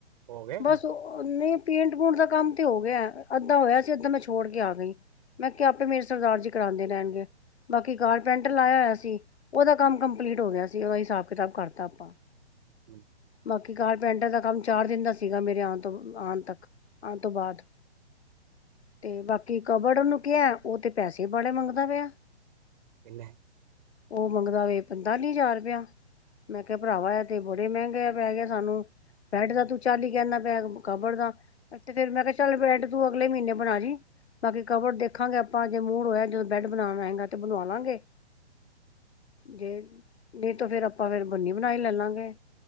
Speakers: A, on the right (about 45°); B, on the left (about 80°).
A: ਹੋ ਗਿਆ
B: ਬਸ
A: ਕੰਮ
B: ਨਹੀਂ ਪੇਂਟ ਪੂਟ ਦਾ ਕੰਮ ਤੇ ਹੋ ਗਿਆ ਅੱਧਾਂ ਹੋਇਆ ਸੀ ਅੱਦਾਂ ਮੈਂ ਛੋੜ ਕੇ ਆ ਗਈ ਮੈਂ ਕਿਹਾ ਆਪੇ ਮੇਰੇ ਸਰਦਾਰ ਜੀ ਕਰਾਉਂਦੇ ਰਹਿਣਗੇ ਬਾਕੀ ਕਾਰ ਪੈਂਟਰ ਲਾਇਆ ਹੋਇਆ ਸੀ ਉਹਦਾ ਕੰਮ ਕੰਪਲੀਟ ਹੋ ਗਿਆ ਸੀ। ਉਹਦਾ ਹਿਸਾਬ ਕਿਤਾਬ ਕਰਤਾ ਆਪਾਂ
A: ਹਮ
B: ਬਾਕੀ ਕਾਰਪੈਂਟ ਦਾ ਕੰਮ ਚਾਰ ਦਿਨ ਦਾ ਸੀਗਾ ਮੇਰੇ ਆਉਣ ਤੋਂ ਆਉਣ ਤੱਕ ਆਉਣ ਤੋਂ ਬਾਅਦ ਤੇ ਬਾਕੀ ਕਬੜ ਨੂੰ ਕਿਹਾ ਉਹ ਤੇ ਪੈਸੇ ਹੀ ਬੜੇ ਮੰਗਦਾ ਪਿਆ
A: ਕਿਨੇ
B: ਉਹ ਮੰਗਦਾ ਵਵੇ ਪੰਤਾਲੀ ਹਜ਼ਾਰ ਰੁਪਇਆ ਮੈਂ ਕਿਹਾ, ਭਰਾਵਾ ਆ ਤੇ ਬੜੇ ਮਹਿੰਗੇ ਆ ਪੈ ਗਿਆ ਸਾਨੂੰ ਬੈਡ ਦਾ ਤੂੰ- ਚਾਲੀ ਕਹਿੰਦਾ ਪਿਆ ਕਬੜ ਦਾ ਤੇ ਫਿਰ ਮੈਂ ਕਿਹਾ ਚੱਲ ਬ੍ਰੈਡ ਤੂੰ ਅਗਲੇ ਮਹੀਨੇ ਬਣਾ ਜੀ ਬਾਕੀ ਕਬਟ ਦੇਖਾਂਗੇ ਆਪਾਂ ਜੇ ਮੂੜ ਹੋਇਆ ਜਦੋਂ ਬੈੱਡ ਬਣਾਣ ਆਇਆ ਤੇ ਬਣਵਾ ਲਾਂਗੇ ਜੇ ਨਹੀਂ ਤਾਂ ਫਿਰ ਆਪਾਂ ਫਿਰ ਬੰਨੀ ਬਣਾਈ ਲੈ ਲਾਂਗੇ